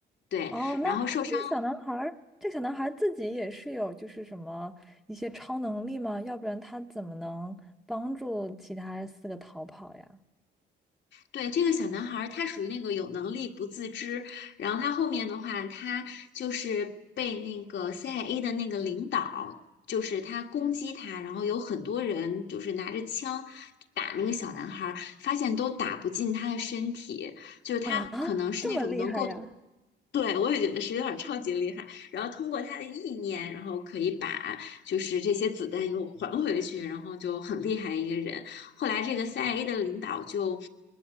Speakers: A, on the left; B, in the centre.
A: 对，
B: 哦，
A: 然后受伤
B: 那这个小男孩儿，这个小男孩儿自己也是有就是什么一些超能力吗？要不然他怎么能帮助其他四个逃跑呀？
A: 对，这个小男孩儿，他属于那个有能力不自知，然后他后面的话，他就是被那个 CIA 的那个领导，就是他攻击他，然后有很多人就是拿着枪打那个小男孩儿，发现都打不进他的身体，就是他可能是那种能够
B: 啊，这么厉害呀？
A: 对，我也觉得是有点儿超级厉害。然后通过他的意念，然后可以把就是这些子弹又还回去，然后就很厉害一个人。后来这个 CIA 的领导就，